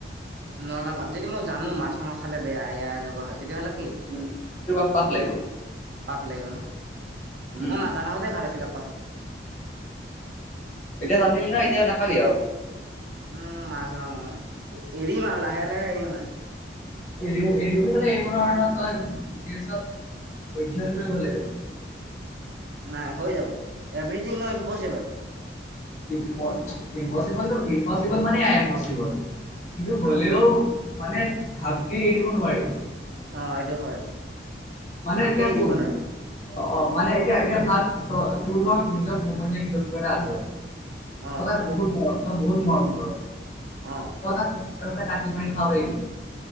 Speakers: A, on the right (about 65°); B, on the left (about 40°).
A: নৰ্মেল কাম যদি মই জানো মাছ মাংস খালে বেয়া ইয়া এনেকুৱা হয় তেতিয়াহ'লে কি
B: উম, তোক আৰু পাপ লাগিব।
A: পাপ লাগিব ন।
B: উম,
A: মই নাজানা হতে ভাল আছিল আৰু
B: এতিয়া জানিলি ন এতিয়া নাখাবি আৰু।
A: উম মাছ মাছ এৰিম আৰু লাহে লাহে এৰিম আৰু।
B: এৰি এৰিলে এৰিব নোৱাৰ নহয় তই। <inaudible>
A: নাই হৈ যাব এভৰিথিং অ ইমপচিবল।
B: ই ইম্পচিবল ইম্পচিবল মানে আ ইম্পচিবল। কিন্তু হ'লেও
A: অ
B: মানে ভালকে এৰিব নোৱাৰি।
A: অ', এইটো হয়।
B: মানে
A: ঘাপকে
B: এতিয়া
A: এৰি
B: শ
A: দিব নোৱাৰি
B: অ অ মানে এতিয়া মানে ভাব তই তোৰ ঘৰত নিজৰ পোহনীয়া জন্তু এটা আছে,
A: অ
B: মানে বহুত মৰম। ত বহুত মৰম কৰ,
A: অ
B: তই তাক কাটি মাৰি খাব পাৰিবি?